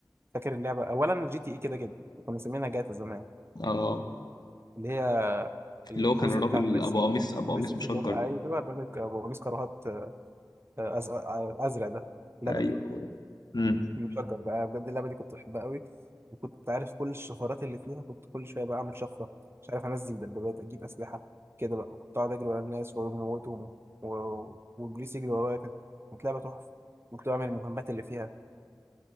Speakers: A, on the right; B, on the left.
A: فاكر اللعبة أولا جي تي إي كده كده كنا مسمينها جاتا زمان
B: اه
A: اللي هي الجزء
B: اللي هو كان الراجل
A: بتاع فايس
B: ابو
A: سيتي
B: قميص ابو
A: فايس
B: قميص
A: سيتي
B: مشجر
A: اللي هو أيوه
B: ده
A: الراجل ك- أبو قميص كراهات آه، أز- آه، آه، أزرق ده لبني
B: ايوه هو ده مم.
A: مشجر بقى أنا بجد اللعبة دي كنت بحبها قوي وكنت عارف كل الشفرات اللي فيها كنت كل شوية بقى أعمل شفرة مش عارف أنزل دبابات أجيب أسلحة كده بقى كنت أقعد أجري ورا الناس وأموتهم و- والبوليس يجري ورايا كانت كانت لعبة تحفة كنت بعمل المهمات اللي فيها